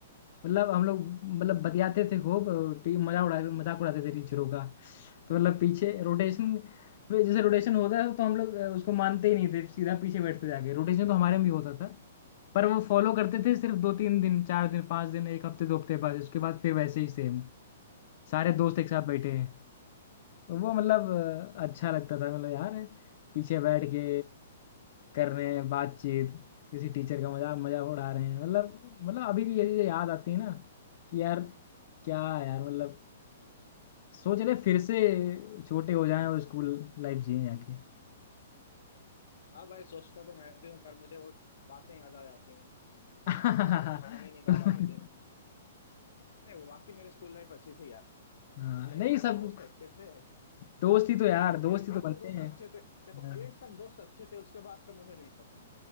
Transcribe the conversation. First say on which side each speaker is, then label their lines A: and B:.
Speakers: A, on the left; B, on the left.
A: मतलब हम लोग मतलब बतियाते थे खूब टीम मजा उड़ा मजाक उड़ाते थे टीचरों का तो मतलब पीछे रोटेशन जैसे रोटेशन होता है तो हम लोग अ, उसको मानते ही नहीं थे सीधा पीछे बैठते जाके रोटेशन तो हमारे में भी होता था पर वो फॉलो करते थे सिर्फ दो तीन दिन चार दिन पाँच दिन एक हफ्ते दो हफ्ते बाद उसके बाद फिर वैसे ही सेम सारे दोस्त एक साथ बैठे हैं तो वो मतलब अ, अच्छा लगता था मतलब यार पीछे बैठ के कर रहे हैं बातचीत किसी टीचर का मजाक मजाक उड़ा रहे हैं मतलब मतलब अभी भी ये चीजें याद आती है ना कि यार क्या है यार मतलब सोच रहे फिर से छोटे हो जाएं और स्कूल लाइफ जिए जाके
B: हाँ भाई सोचता तो मैं भी हूँ पर मुझे वो बातें याद आ जाती हैं
A: <laughs>
B: लाइक वो दुश्मनी निकाला था जिन्होंने नहीं वो बाकी मेरे स्कूल लाइफ अच्छी थी यार
A: हाँ
B: लाइक
A: नहीं सब
B: दोस्त अच्छे थे
A: दोस्ती तो यार दोस्ती
B: एट
A: तो
B: तक
A: बनते
B: तो दोस्त
A: हैं
B: अच्छे थे देखो
A: हाँ,
B: एट तक दोस्त अच्छे थे उसके बाद का मुझे नहीं पता